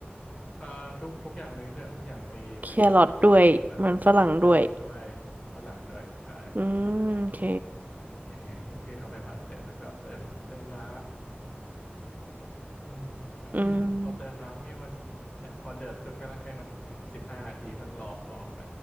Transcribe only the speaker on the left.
เอ่อทุกทุกอย่างเลยก็คือเอาทุกอย่างไปไปผัดด้วยกันก็คือแบบ
แครอทด้วยมันฝรั่งด้วยใช่
เออก็คือเอาไปผัดเสร็จแล้วก็เติมเติมน้ำอืม <coughs>
<clears throat> พอเติมน้ำให้มันเนี่ยพอเดือดปุ๊บก็ให้มันอีกสิบห้านาทีก็รอรอไป